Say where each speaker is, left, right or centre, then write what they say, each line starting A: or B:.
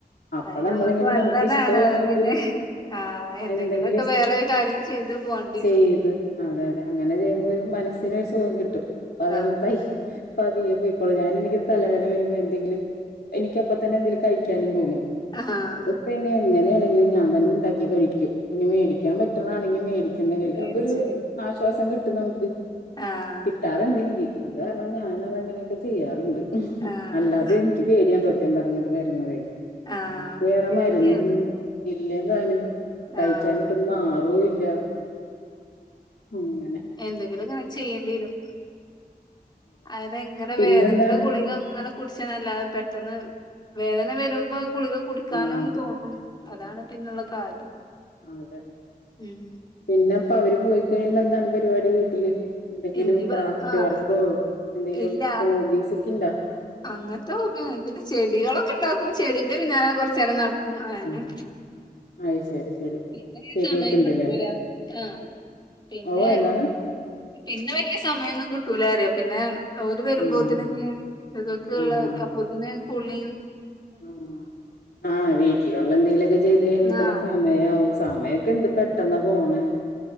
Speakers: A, on the left; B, on the left.
A: അപ്പൊ
B: അത് ഞമ്മക്ക്
A: നമ്മളിങ്ങനെ
B: വന്നതാണ്
A: നമുക്ക് ഇഷ്ടള്ള
B: അത്
A: എന്തെങ്കിലും
B: പിന്നെ ആഹ് എന്തെങ്കിലൊക്കെ
A: എന്തെങ്കിലും ഇഷ്ട്ട
B: വേറെ കാര്യം ചെയ്ത് പോണ്ടിരും
A: ചെയ്തു അതെ അതെ അങ്ങനെ ചെയ്യുമ്പോൾ ഒരു മനസ്സനരു സുഖം കിട്ടും അപ്പൊ അതങ്ങനൊയി
B: ആഹ്
A: അതിെ പോയി ഞൻ എനിക്ക് തലവേന വരുമ്പോ എന്തെങ്കിലും എനിക്കപ്പ തന്നെ എന്തെങ്കിലും കഴിക്കാനും തോന്നും
B: ആഹ്
A: അ പിന്നെ എങ്ങനെയാണെങ്കിലും ഞാൻ തന്നെ ഉണ്ടാക്കി കഴിക്കും ഇനി മേടിക്കാൻ പറ്റുന്നാണെങ്കിൽ മേടിച്ചന്നെ കഴും
B: മേടിച്ചു
A: അപ്പൊ ഒരു ആശ്വാസം കിട്ടും നമുക്ക്
B: ആഹ്
A: കിട്ടാറുണ്ട് എനിക്ക് അത് കാരണം ഞാന അതങ്ങനെയൊക്കെ ചെയ്യാറുണ്ട്
B: ആഹ്
A: അല്ലാതെ യ്ക്ക് പേടിയാ സത്യ പറഞ്ഞത് വരണതെ
B: ആഹ്
A: നമുക്ക് വേറെ
B: പേടിയാണ്
A: മര്ന്ന്ന്ന് ഇല്ലേ താനും കഴിച്ചാലിട്ടൊന്നും
B: ആഹ്
A: മാറല്ല അങ്ങനെ
B: എന്തെങ്കിലുംങ്ങനെ ചെയ്യേണ്ടി വരും അതെ എങ്ങനെ
A: പിന്നെന്താണ്
B: വേദനന്റെ ഗുളിക അങ്ങനെ കുടിച്ച നല്ലാത പെട്ടെന്ന് വേദന വരുമ്പോ കുളികൾ കുടിക്കാനും
A: ആഹ്
B: തോന്നും അതാണ് പിന്നുള്ള കാര്യം
A: അതെ
B: ഉം
A: പിന്നെപ്പം അവര് പോയിക്കഴിയുമ്പോ എന്താണ് പരിപാടി വീട്ടില് എന്തെങ്കിലും
B: ഇനി
A: ക്രാഫ്റ്റ്
B: ആഹ്
A: വർക്കോ എന്തെങ്കിലും
B: ഇല്ല
A: ഹോബീസ് ഒക്കെ ഇണ്ടാ
B: അങ്ങനത്തെ ഹോബിയൊന്നും ഇല്ല, പിന്നെ ചെടികളൊക്കെ ക്കെ ഉണ്ടാക്കും, ചെടിന്റെ പിന്നാലെ കുറച്ച് നേരം നടക്കും, അങ്ങനെ
A: ആഹ്
B: <inaudible>
A: അയ് ശരി ശരി
B: പിന്നെ
A: ചെടിയൊക്കെ
B: സമയം
A: ഇണ്ട്ല്ലേ
B: കിട്ടൂല, ആഹ് പിന്നെ
A: ഓ എന്താണ്
B: പിന്നെ വലിയ സമയം ഒന്നും കിട്ടൂല അറിയോ പിന്നെ ഓര് വരുമ്പോത്തിന്
A: ആഹ്
B: <unintelligible> ഉള്ള
A: ആഹ്
B: അപ്പോ പിന്നെ കുളീം
A: ആഹ്, ആഹ് വീട്ടിലുള്ള എന്തെങ്കിലുമൊക്കെ ചെയ്ത് കഴിയുമ്പോത്തനെ
B: ആ
A: സമയാവും, സമയമൊക്കെ എന്ത് പെട്ടെ പെട്ടെന്നാ പോണെ